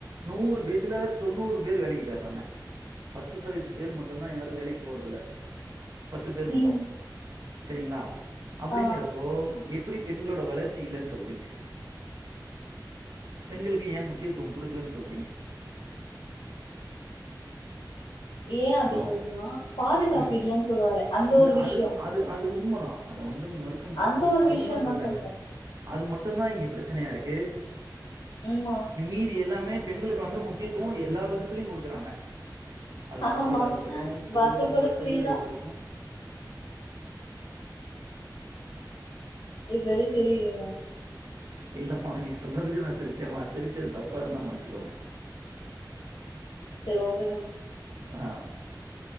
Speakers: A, on the right (about 50°); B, on the left (about 90°).
A: நூறு பேத்துல தொண்ணூறு பேர் வேலைக்கி போய்யிறாங்க பத்து சதவீத்து பேர் மட்டுந்தா யாரு வேலைக்கு போறதுல்ல பத்து பேர் மட்டு
B: ம்
A: சரிங்ளா அப்படிங்கறப்போ
B: ஆ
A: எப்டி பெண்களோட வளர்ச்சி இல்லனு சொல்றீங்க பெண்களுக்கு எ முக்கியத்துவம் கொடுக்கலன்னு சொல்றீங்க
B: ஏன் அப்டி
A: ஹலோ
B: சொல்றேன்னா பாதுகாப்பு
A: ம்
B: இல்லன்னு சொல்ல வரே அந்த
A: இல்ல
B: ஒரு விஷயோ
A: அது அது அது உண்மதா அத வந்து மறு ம்
B: அந்த ஒரு
A: அதுதா
B: விஷயந்தா
A: நா சொல்லிட்டேன
B: சொல்றே
A: அது மட்டு தா இங்க ப்ரச்சனையா இருக்கு
B: ம் மா
A: மீதி எல்லாமே பெண்களுக்கு வந்து முக்கியத்துவோ எல்லா விதத்திலயு கொடுக்குறாங்க அது
B: ஆமா
A: அரசியலா இருக்கட்டு பொதுவா
B: பஸ்ஸு கூட ஃப்ரீதா
A: பொதுவெளியா இருக்கட்டு
B: இப்போ எது செரி இல்ல
A: இல்லம்மா நீ சொன்னதுக்கு நா சிரிச்சேமா சிரிச்சது தப்பா இருந்தா மன்னிச்சுக்கோமா
B: <unintelligible>
A: ஆ